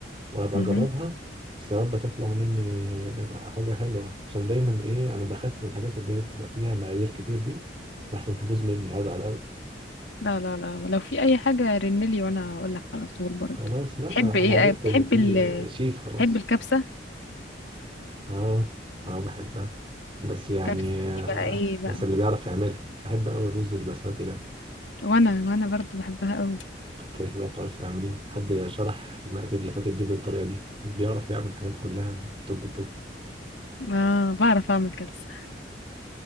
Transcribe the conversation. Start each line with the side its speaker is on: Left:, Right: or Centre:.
Right: وهبقى
Left: الله
Right: اجربها بس يا رب تطلع مني حاجة حلوة عشان دايما ايه انا بخاف من الحاجات اللي هي بتبقى فيها مقادير كتير دي لحسن تبوظ مني هزعل قوي
Left: لا لا لا لو في اي حاجه رنلي وانا هقول لك على طول برضه
Right: خلاص لا انا
Left: تحب ايه
Right: أنا عرفت
Left: بتحب
Right: ان في
Left: ال
Right: آه، شيف خلاص
Left: بتحب الكبسه
Right: اه اه بحبها بس يعني
Left: كبسه
Right: آه
Left: دي بقى ايه بقى
Right: بس اللي بيعرف يعملها بحب قوي الرز البسمتي ده
Left: وانا وانا برضه بحبها قوي
Right: كده كده بتعرف تعمليه حد شرح المقادير اللي فاتت دي بالطريقه دي بيعرف يعمل الحاجات كلها توب توب
Left: اه بعرف اعمل كبسه